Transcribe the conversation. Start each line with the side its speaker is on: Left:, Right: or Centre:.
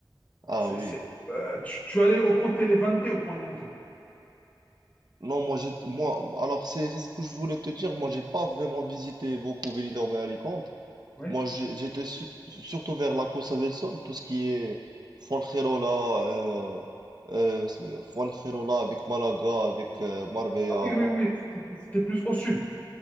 Right: Ah
Left: C'est,
Right: oui.
Left: c'est- euh, tu, tu allais au côté Levante au Poniente.
Right: Non, moi, j'ai, moi, alors c'est c'est ce que je voulais te dire. Moi, j'ai pas vraiment visité beaucoup Benidorm et Alicante.
Left: Oui.
Right: Moi, j'ai- j'étais su- surtout vers la Costa del Sol, tout ce qui est Fuengirola, euh, euh, Fuengirola avec Malaga, avec euh, Marbella
Left: Ah oui,
Right: avant.
Left: oui, oui. C'était c'était plus au sud.